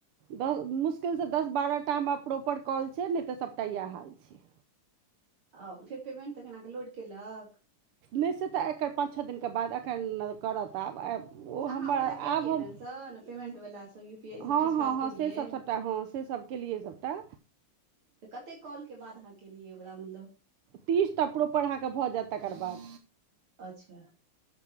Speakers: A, on the right (about 85°); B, on the right (about 70°).
A: दस मुश्किल सँ दस बारह टा हमरा प्रॉपर कॉल छै नहि तऽ सबटा येएह हाल छै।
B: आ फेर पेमेन्ट तखन, अहाँ के लोड केलक?
A: नै से तऽ एकर पाँच छह दिन के बाद एखन करत आब आ ओ
B: अहाँ
A: हमर
B: ओकरा केलियै
A: आब हम
B: मेंशन पेमेंट वला सब यू पी आई ई सब
A: हँ
B: चीज काज
A: हँ
B: केलियै
A: हँ से सब सब हँ से सभ केलियै सबटा।
B: तऽ कतेक कॉल के बाद अहाँ कलियै ओकरा मतलब?
A: तीस टा प्रोपर अहाँके भऽ जायत तेकर बाद,
B: अच्छा